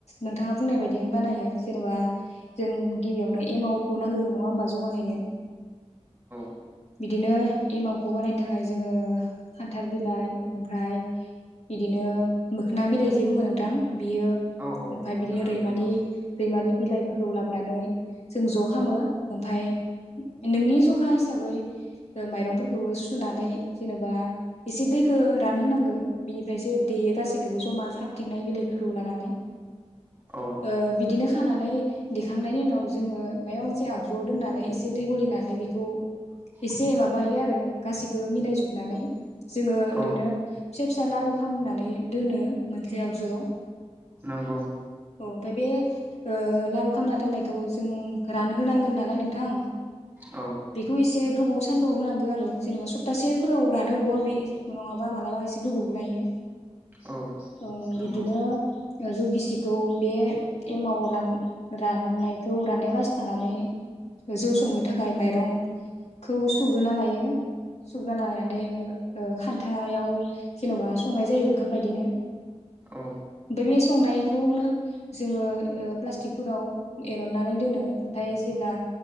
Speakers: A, on the left; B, on the right.
A: नोंथाङा बुंनाय बायदियैनो बानायो जेनेबा जों गिबियावनो एमावखौ नांग्रोगौ नङा होमबा जौ बानायनो
B: औ
A: बिदिनो एमाव खौ बानायनो थाखाय जोङो खान्थाल बिलाइ ओमफ्राय बिदिनो मोखोना बिलाइ जे बुङो नोंथां बियो
B: औ औ
A: ओमफाय
B: मोखोना
A: बिदिनो रैमानि
B: बिलाइ औ
A: रैमालि बिला बिलाइफोरखौ लाबोनानै जों ज' खालामो ओमफाय नोंनि जखा हिसाबै माइरंफोरखौबो सुनानै जेनेबा एसे दैखौ रान होनांगो बिनिफ्रायसो देयो गासैखौबो जमा खाबथिंनाय बिलाइफोरखौ लानानै
B: औ
A: ओ बिदिनो खानानै देखांनायनि उनाव जोङो माबा मोनसे आगजुआव दोननानै एसे दै गलिनानै बेखौ
B: <unintelligible>
A: एसे माबायो आरो गासैखौबो मिलायजोबनानै जोङो ओरैनो
B: औ
A: फिसा फिसा लारु खालामनानै दोनो मोनसे आगजुआव
B: नंगौ
A: अ ओमबाय बे ओ लारु खालामना दोननायखौ जों रानहोनांगोन नालाय नोंथां
B: औ
A: बेखौ एसे गोबाव सानदुंआव होनांगौ आरो जेनेबा सप्तासेफोराव रानो बबावबा बा नङाबा मालाबा एसे गोबाव लायो
B: औ
A: उम
B: नंगौ
A: बिदिनो जौ गिसिखौ बे एमाव रान राननायखौ राननाय लासे थानानै जौ संनो थाखाय माइरं - खौ सुग्रोना लायो सुग्रोना लानानै ओ खान्थाव जेन'बा संनाय जायो ओंखाम बायदिनो
B: औ ।
A: एबे संनायखौनो जोङो ओ प्लास्टिकफोराव एर'ननानै दोनो ओमफाय जेला